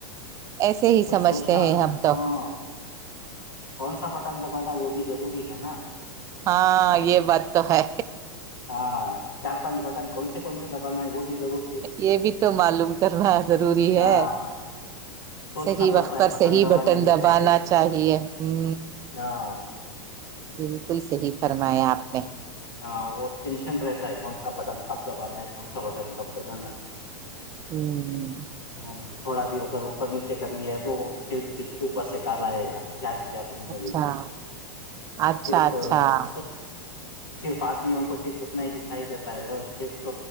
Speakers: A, on the right (about 30°); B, on the left (about 75°).
A: ایسے ہی
B: کچھ
A: سمجھتے
B: سوچنا
A: ہیں ہم
B: ہاں
A: تو
B: کون سا بٹن دبانا وہ بھی ضروری ہے نا
A: ہاں یہ بات تو ہے
B: ہاں چار پانچ کون سے کون سے دبانا ہے وہ بھی ضروری ہے
A: یہ بھی تو معلوم کرنا ضروری
B: ہاں
A: ہے
B: سوچنا
A: صحیح وقت
B: پڑتا
A: پر
B: ہے
A: صحیح
B: دبانے
A: بٹن
B: کے
A: دبانا
B: پہلے
A: چاہیے ہ
B: ہاں
A: بالکل صحی فرمایا آپ نے
B: ہ وہ ٹینشن رہتا ہے کون سا بٹن کب دبانا ہے کون سا بٹن کب دبانا ہے
A: ہوں
B: ہاں، تھوڑا بھی اگر اوپر نیچے کر لیا تو پھر پچے اوپر سے کال آئے گا کیا کیا تم
A: اچھا
B: نے بول کے
A: اچھا
B: صرف
A: اچھا
B: سب صرف آدمیوں کو صرف اتنا ہی دکھائی دیتا ہے اور صرف